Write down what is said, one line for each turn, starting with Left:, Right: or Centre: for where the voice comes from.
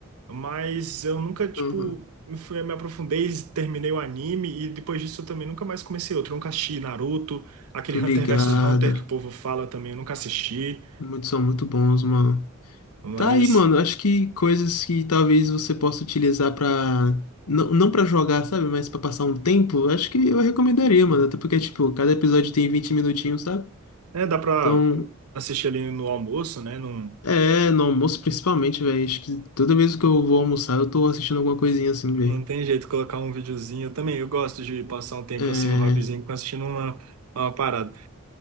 Right: Mas eu nunca, tipo,
Left: Aham.
Right: me fui, me aprofundei, terminei o anime e depois disso eu também nunca mais comecei outro. Eu nunca assisti Naruto, aquele
Left: Tô ligada.
Right: Hunter vs Hunter que o povo fala também, eu nunca assisti.
Left: Muitos são muito bons, mano.
Right: Mas,
Left: Tá aí, mano, acho que coisas que talvez você possa utilizar pra... Não, não pra jogar, sabe? Mas pra passar um tempo, acho que eu recomendaria, mano. Até porque, tipo, cada episódio tem 20 minutinhos, sabe?
Right: é, dá pra
Left: Então,
Right: assistir ali no almoço, né? Não,
Left: É, no almoço principalmente, velho. Acho que toda vez que eu vou almoçar, eu tô assistindo alguma coisinha assim, velho.
Right: não tem jeito colocar um videozinho. Eu também, eu gosto de passar um tempo
Left: É.
Right: assim, um hobbyzinho, assistindo uma, uma parada.